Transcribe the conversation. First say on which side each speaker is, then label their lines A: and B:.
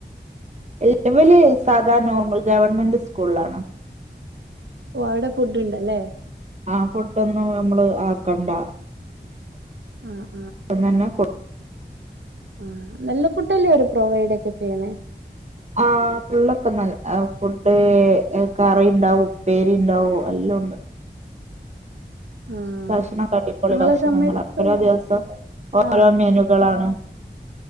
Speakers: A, on the right (about 40°); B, on the right (about 80°).
A: ല്ല ഇവല് സാധാ നോർമൽ ഗവൺമെന്റ് സ്കൂള് ആണ്
B: ഓ അവടെ ഫുഡ്ണ്ടല്ലെ?
A: ആഹ് ഫുഡോന്നും നമ്മള് ആക്കണ്ട
B: ആഹ്
A: ഇവ്ട്ന്നെന്നെ കൊട് -
B: ആഹ നല്ല ഫുഡ്ല്ലേ അവര് പ്രൊവൈഡ് ഒക്കെ ചെയ്യ്ന്നെ
A: ആഹ് ഫുള്ളൊക്കെ നല്ല ഫുഡ് കറിണ്ടാവും ഉപ്പേരിണ്ടാവും എല്ലോംണ്ട്
B: ആഹ്
A: ഭക്ഷണൊക്കെ അടിപൊളി
B: ഞങ്ങളെ
A: ഭക്ഷണങ്ങളാണ്
B: സമയത്തും
A: ഓരോ ദിവസം ഓരോ
B: ആഹ്
A: മെനുകളാണ്